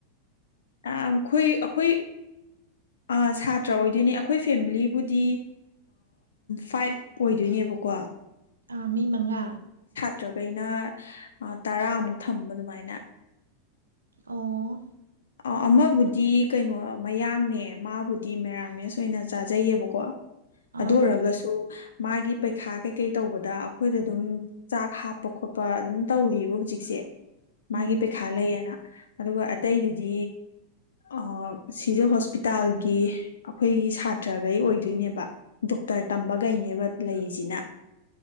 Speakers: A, on the left (about 65°); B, on the right (about 75°).
A: <unintelligible> ꯑꯩꯈꯣꯏ ꯑꯩꯈꯣꯏ꯫ ꯑ ꯁꯥꯇ꯭ꯔ ꯑꯣꯏꯗꯣꯏꯅꯦ ꯑꯩꯈꯣꯏ ꯐꯦꯃꯤꯂꯤꯕꯨꯗꯤ ꯐꯥꯏꯚ ꯑꯣꯏꯗꯣꯏꯅꯦꯕꯀꯣ꯫
B: ꯑ ꯃꯤ ꯃꯉꯥ꯫
A: ꯇ꯭ꯔꯒꯩꯅ ꯇꯔꯥꯃꯨꯛ ꯊꯝꯕ ꯑꯗꯨꯃꯥꯏꯅ꯫
B: ꯑꯣ꯫
A: ꯑ ꯑꯃꯕꯨꯗꯤ ꯀꯩꯅꯣ ꯃꯌꯥꯡꯅꯦ ꯃꯥꯕꯨꯗꯤ ꯃꯦꯔꯥꯃꯦꯁ ꯑꯣꯏꯅ ꯆꯥꯖꯩꯌꯦꯕꯀꯣ꯫
B: ꯑꯥ
A: ꯑꯗꯨ ꯑꯣꯏꯔꯒꯁꯨ꯫ ꯃꯥꯒꯤ ꯄꯩꯈꯥ ꯀꯩꯀꯩ ꯇꯧꯕꯗ ꯑꯩꯈꯣꯏꯗ ꯑꯗꯨꯝ ꯆꯥꯛ ꯍꯥꯞꯄ ꯈꯣꯠꯄ ꯑꯗꯨꯝ ꯇꯧꯔꯤꯕ ꯍꯧꯖꯤꯛꯁꯦ ꯃꯥꯒꯤ
B: ꯎꯝ
A: ꯄꯩꯈꯥ ꯂꯩꯌꯦꯅ꯫ ꯑꯗꯨꯒ ꯑꯇꯩꯗꯨꯗꯤ ꯑ ꯁꯤꯖ ꯍꯣꯁꯄꯤꯇꯥꯜꯒꯤ ꯑꯈꯣꯏꯒꯤ ꯁꯥꯇ꯭ꯔꯒꯩ ꯑꯣꯏꯗꯣꯏꯅꯦꯕ ꯗꯣꯛꯇꫪ ꯇꯝꯕꯒꯩꯅꯦꯕ ꯂꯩꯔꯤꯁꯤꯅ꯫